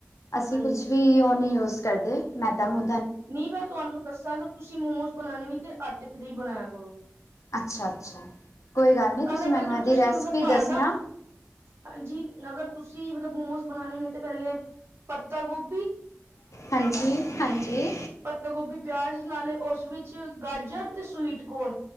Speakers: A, on the left; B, on the right.
A: ਅਸੀ
B: ਹਾਂਜੀ
A: ਕੁਛ ਵੀ ਉਹ ਨੀਂ ਯੂਜ ਕਰਦੇ ਮੈਦਾ ਮੁ
B: ਨ੍ਹੀਂ ਮੈ ਤੁਹਾਨੂੰ ਦਸਾਂ, ਅਗਰ ਤੁਸੀ ਮੋਮੋਸ ਬਣਾਉਣੇ ਵੀ ਤੇ ਆਟੇ ਦੇ ਈ ਬਣਾਇਆ ਕਰੋ।
A: ਅਛਾ ਅਛਾ, ਕੋਈ ਗੱਲ ਨਈਂ ਤੁਸੀ
B: ਅਗਰ
A: ਮੈਨੂੰ
B: ਅਗਰ
A: ਇਹਦੀ
B: ਤੁਸੀਂ
A: ਰੈਸਪੀ
B: ਮਤਲਬ ਭਾਰ
A: ਦਸਣਾ।
B: ਦਾ ਹਾਂਜੀ, ਅਗਰ ਤੁਸੀ ਮਤਲਬ ਮੋਮੋਸ ਬਣਾਉਣੇ ਨੇਂ ਤੇ ਪਹਿਲੇ ਪੱਤਾ ਗੋਭ
A: ਹਾਂਜੀ, ਹਾਂਜੀ।
B: ਪੱਤਾ ਗੋਭੀ ਪਿਆਜ ਨਾਲੇ ਉਸ ਵਿਚ ਗਾਜਰ ਤੇ ਸਵੀਟ ਕੋਰਨ